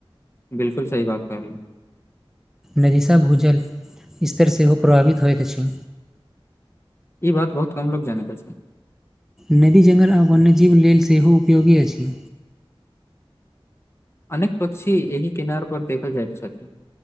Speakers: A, on the left; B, in the centre.
A: बिलकल सही बात कहलिये
B: नदिसॅ भूजल स्तर सेहो प्रभावित होइत अछि
A: ई बात बहुत कम लोग जानैत अछि
B: नदी जंगल आ वन्यजीव लेल सेहो उपयोगी अछि
A: अनेक पक्षी एहि किनार पर देखल जाइत छथि